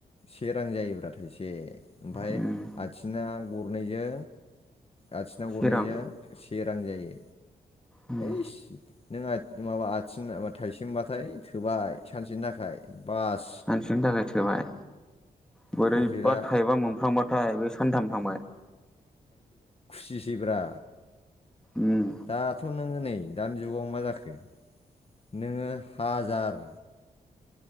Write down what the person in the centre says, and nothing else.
उम
से
रां
उम
सानसेनि थाखाय थोबाय बोरैबा
थाइबा मोनफ्लांबाथाय बे सानथाम थांबाय
उम